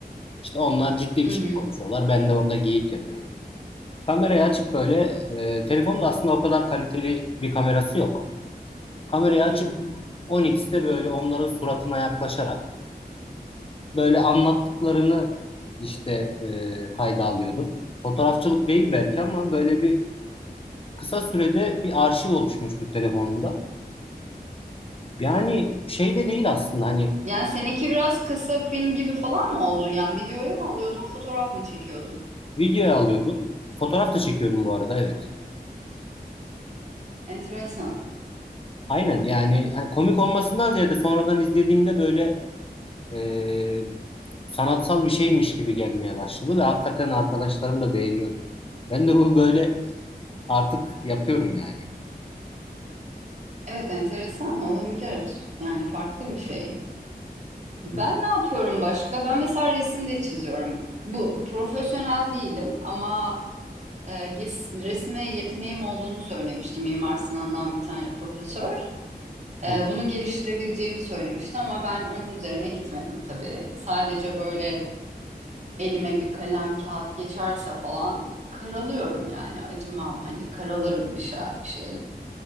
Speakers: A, on the left (about 35°); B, on the right (about 45°).
A: İşte onlar ciddi
B: Hı
A: bir
B: hı,
A: şey konuşuyorlar. Ben de orada geyik yapıyorum. Kamerayı açıp böyle e, telefonun da aslında o kadar kaliteli bir kamerası yok. Kamerayı açıp
B: hı hı.
A: 10x'te böyle onların suratına yaklaşarak böyle anlattıklarını işte e, kayda alıyordum. Fotoğrafçılık değil belki ama böyle bir kısa sürede bir arşiv oluşmuştu telefonumda. Yani şey de değil aslında hani
B: Yani seninki biraz kısa film gibi falan mı oldu? Yani videoya mı alıyordun, fotoğraf mı çekiyordun?
A: videoya alıyordum. Fotoğraf da çekiyordum bu arada evet.
B: Enteresan.
A: Aynen yani hani komik olmasından ziyade sonradan izlediğimde böyle e, sanatsal bir şeymiş gibi gelmeye başladı ve hakikaten arkadaşlarım da beğeniyordu. Ben de bunu böyle artık yapıyorum yani.
B: Evet, enteresan olabilir. Yani farklı bir şey. Ben
A: Hı,
B: ne yapıyorum başka? Ben mesela resim de çiziyorum. Bu profesyonel değilim ama e, ges- resme yeteneğim olduğunu söylemiştim Mimar Sinan'dan bir tane profesör. E,
A: hı,
B: bunu geliştirebileceğimi söylemişti ama ben onun üzerine gitmedim tabii. Sadece böyle elime bir kalem kağıt geçerse falan karalıyorum yani acımam hani karalarım bir şey bir şeyler.